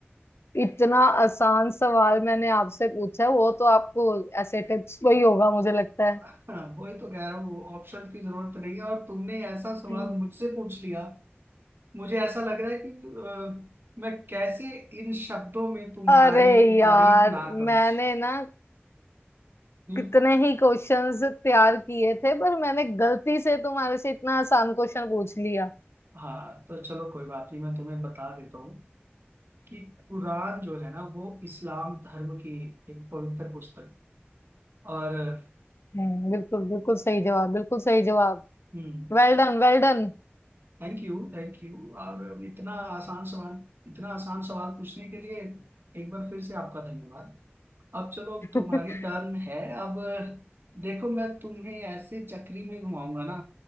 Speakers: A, on the left (about 75°); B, on the right (about 60°).
A: इतना आसान सवाल मैंने आपसे पूछा वो तो आपको ऐसे टिप्स पे ही होगा मुझे लगता है
B: हाँ वही तो कह रहा हूँ वो ऑप्शन की जरूरत नहीं है और तुमने ऐसा सवाल
A: हम्म।
B: मुझसे पूछ लिया मुझे ऐसा लग रहा है कि अ, मैं कैसे इन शब्दों में तुम्हारी
A: अरे यार
B: तारीफ ना करूं
A: मैंने ना
B: हम्म?
A: कितने ही क्वेश्चंस तैयार किए थे पर मैंने गलती से तुम्हारे से इतना आसान क्वेश्चन पूछ लिया
B: हाँ तो चलो कोई बात नहीं मैं तुम्हें बता देता हूँ कि कुरान जो है ना वो इस्लाम धर्म की एक पवित्र पुस्तक है। और
A: हम्म बिल्कुल बिल्कुल सही जवाब बिल्कुल सही जवाब
B: हम्म
A: Well done well done
B: थैंक यू थैंक यू और इतना आसान सवाल इतना आसान सवाल पूछने के लिए एक बार फिर से आपका धन्यवाद अब चलो
A: <laughs>
B: तुम्हारी टर्न है अब देखो मैं तुम्हें ऐसे चक्री में घुमाऊंगा ना